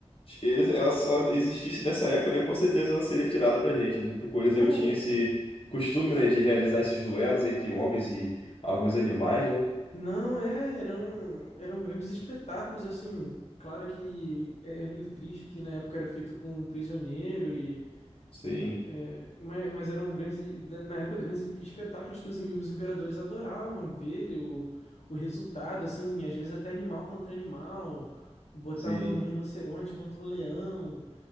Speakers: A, on the left; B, on the left.
A: ele- ela, se ela existisse nessa época, né, com certeza ela seria tirada pra gente, né? Porque o Coliseu
B: pô,
A: tinha esse costume, né, de realizar esses duelos entre homens e alguns animais, né?
B: não, é, eram, eram grandes espetáculos, assim. Claro que é, é meio triste que na época era feito com um prisioneiro e
A: Sim,
B: É, mas, mas eram grandes, e- da- na época, grandes espetáculos que os, im- os imperadores adoravam ver o, o resultado, assim, às vezes até animal contra animal, botar
A: sim,
B: um rinoceronte contra um leão.